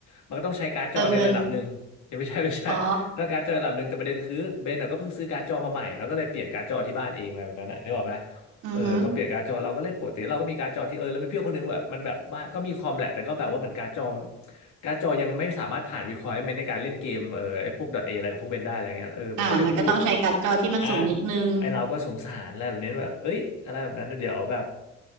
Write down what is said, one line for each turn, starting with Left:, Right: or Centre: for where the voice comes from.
Left: มันก็ต้องใช้การ์ดจอในระดับหนึ่งยังไม่ใช่ไม่ใช่
Right: เติมเงินอ๋อ
Left: <laughs> ต้องการ์ดจอระดับหนึ่งแต่ประเด็นคือเบนอ่ะก็เพิ่งซื้อการ์ดจอมาใหม่แล้วก็เลยเปลี่ยนการ์ดจอที่บ้านเองอะไรแบบนั้นนะนึกออกไหม
Right: อือฮึ
Left: เออก็เปลี่ยนการ์ดจอเราก็เล่นปกติเราก็มีการ์ดจอทิ้งเออแล้วมีเพื่อนคนนึงแบบมันแบบบ้านก็มีคอมแหละแต่ก็แบบว่าเหมือนการ์ดจอมการ์ดจอยังไม่สามารถผ่าน requirement ในการเล่นเกมเออไอ้พวก .a อะไรกับพวกเบนได้อะไรเงี้ยเออมันก็เลยพูด
Right: อ่ามันก็ต้องใช้การ์ดจอที่มันสูงนิดนึง
Left: อ่ะไอ้เราก็สงสารอะไรแบบนี้แบบเอ้ยอะไรแบบนั้นนะเดี๋ยวแบบ